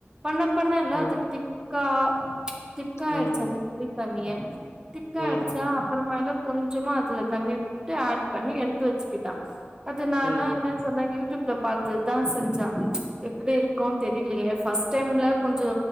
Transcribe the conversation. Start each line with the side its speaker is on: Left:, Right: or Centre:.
Right: பண்ண பண்ணல்ல
Left: ம்
Right: அது திக்கா திக்காயிடுச்சு
Left: ம்
Right: அந்த புளி தண்ணியே திக்காயிடுச்சா
Left: ம்
Right: அப்புறமால கொஞ்சமா அதுல தண்ணி விட்டு ஆட் பண்ணி எடுத்து வெச்சுக்கிட்டா அது நாலா
Left: ம்
Right: என்ன சொன்னா யூடியூப்ல பாத்து தா செஞ்சா எப்டி இருக்குனு தெரிலயே ஃபர்ஸ்ட் டைம்ல கொஞ்சோ